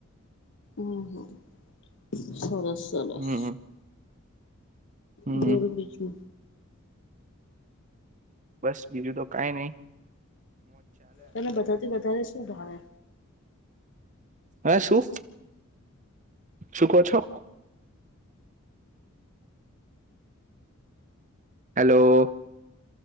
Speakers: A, on the left; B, on the right.
A: હમ! હમ! સરસ. સલસ.
B: હમ હમ
A: ધઢોલ બીજુ.
B: બસ બીજું તો કાઈ નહી.
A: તને વધાતી વધારે શું શું ભાવે.
B: હા શું, શું કો છો? હેલો.